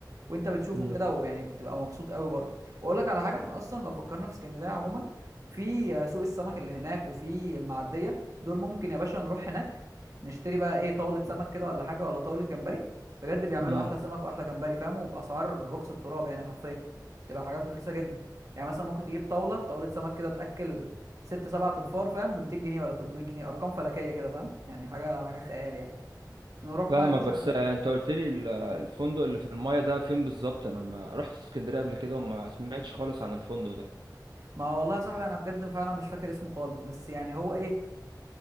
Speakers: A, on the right (about 50°); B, on the right (about 80°).
A: وانت بتشوفه
B: امم
A: كده ويعني بتبقى مبسوط قوي برضه واقول لك على حاجه احنا اصلا لو فكرنا في اسكندريه عموما في سوق السمك اللي هناك وفي المعديه دول ممكن يا باشا نروح هناك نشتري بقى ايه طاوله سمك كده ولا حاجه ولا طاوله جمبري بجد بيعملوا
B: امم
A: احلى سمك واحلى جمبري فاهم وباسعار رخص التراب يعني حرفيا تبقى حاجات رخيصه جدا يعني مثلا ممكن تجيب طاوله طاوله سمك كده تاكل ست سبع تنفار فاهم ب 200 جنيه ولا 300 جنيه ارقام فلكيه كده فاهم يعني حاجه حاجه خيال يعني نروح
B: فاهمك
A: بقى يا باشا
B: بس آه، انت قلت لي ال- الفندق اللي في المايه ده فين بالظبط انا ما رحت اسكندريه قبل كده وما سمعتش خالص عن الفندق ده
A: ما والله يا صاحبي انا بجد فعلا مش فاكر اسمه خالص بس يعني هو ايه